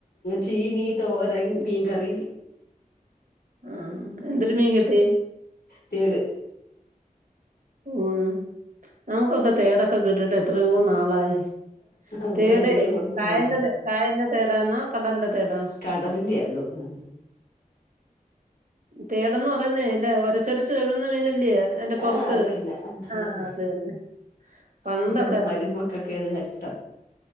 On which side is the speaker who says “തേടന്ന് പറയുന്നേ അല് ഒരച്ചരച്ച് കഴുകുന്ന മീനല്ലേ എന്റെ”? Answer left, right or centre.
Right